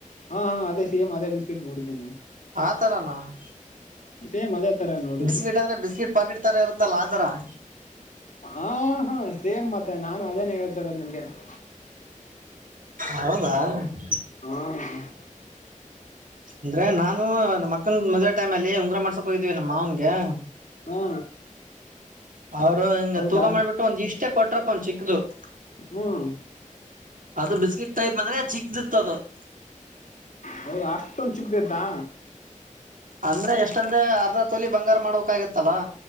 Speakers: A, on the left (about 65°); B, on the right (about 80°).
A: ಹಾ, ಹಾ, ಅದೇ! ಸೇಮ, ಅದೇ, ಬಿಸ್ಕೆಟ್, ನೋಡಿದೀನಿ ನಾನು? <inaudible>
B: ಆತರನಾ? <inaudible>
A: ಸೇಮ್ ಅದೇ ತರ ನೋಡಿದ್ದು
B: ಬಿಸ್ಕಿಟ್, ಅಂದ್ರೆ! ಬಿಸ್ಕಿಟ್, ಪಾಕಿಟ್, ತರ ಇರುದತ್ತಲ್ಲ, ಆತರ? <inaudible>
A: ಹ, ಹಾ, ಸೇಮ್, ಮತ್ತೆ, ನಾನು ಅದೇನೆ, ಹೇಳ್ತಾ ಇರೋದು ನಿಮ್ಗೆ? <inaudible>
B: ಹೌದಾ! <unintelligible>
A: ಹ, ಹಾ. <unintelligible>
B: ಅಂದ್ರೆ, ನಾನು, ನಮ್ಮಕ್ಕನ್ ಮದುವೆ, ಟೈಮ್ ಅಲ್ಲಿ ಉಂಗರ ಮಾಡ್ಸಕ್ ಹೋಗಿದೀವಿ ನಮ್ಮ ಮಾವನಿಗೆ? <inaudible>
A: ಹಾ
B: ಅವರು, ಹಿಂಗ
A: ಹೌದಾ
B: ತೂಕ ಮಾಡ್ಬಿಟ್ಟು! ಒಂದ್ ಇಷ್ಟೇ ಕೊಟ್ರಪ್ಪ, ಒಂದ ಚಿಕ್ಕದು? <inaudible>
A: ಹ್ಮ್. <inaudible>
B: ಅದು, ಬಿಸ್ಕಿಟ್ ಟೈಪ್! ಅಂದ್ರೆ, ಚಿಕ್ಕದು ಇತ್ತು ಅದು? <inaudible>
A: ಹೌದ ಅಷ್ಟೊಂದು ಚಿಕ್ದತ್ತಾ.
B: ಅಂದ್ರೆ ಎಷ್ಟಂದ್ರೆ ಅರ್ಧ ತೋಲಿ ಬಂಗಾರ ಮಾಡ್ಬೇಕಾಗಿತ್ತಲ್ಲಾ.